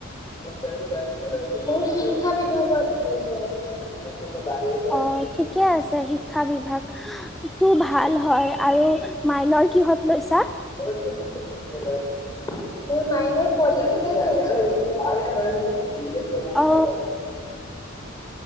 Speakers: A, on the left (about 20°); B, in the centre.
A: <unintelligible> মোৰ শিক্ষা বিভাগত মেজৰ আছে। <unintelligible>
B: অ ঠিকে আছে সি শিক্ষা বিভাগ টো ভাল হয় আৰু মাইনৰ কিহত লৈছা?
A: <unintelligible> মোৰ মাইনৰ পলিটিকেল চাইঞ্চ আছে <unintelligible>
B: অ